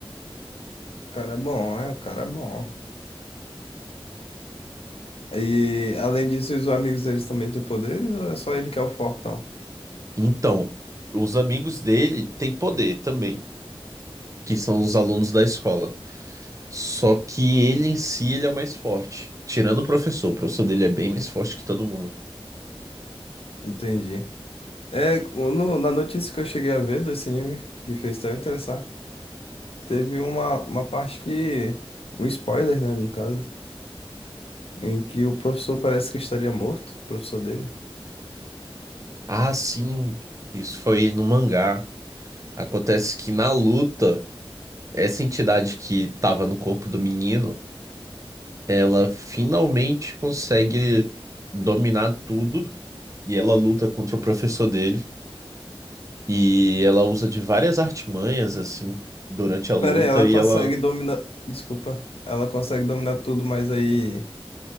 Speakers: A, on the left; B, on the right.
A: o cara é bom, né? O cara é bom. E além disso, os amigos deles também têm poderes ou é só ele que é o fortão?
B: Então, os amigos dele têm poder também, que são os alunos da escola. Só que ele em si, ele é o mais forte. Tirando o professor, o professor dele é bem mais forte que todo mundo.
A: Entendi. É, no- na notícia que eu cheguei a ver desse anime, que fez até eu interessar, teve uma, uma parte que. Um spoiler, né, no caso, em que o professor parece que estaria morto, o professor dele.
B: Ah, sim, isso foi no mangá. Acontece que na luta, essa entidade que tava no corpo do menino, ela finalmente consegue dominar tudo e ela luta contra o professor dele e ela usa de várias artimanhas assim durante a luta
A: Pera aí, ela
B: e
A: consegue
B: ela
A: dominar. Desculpa. Ela consegue dominar tudo, mas aí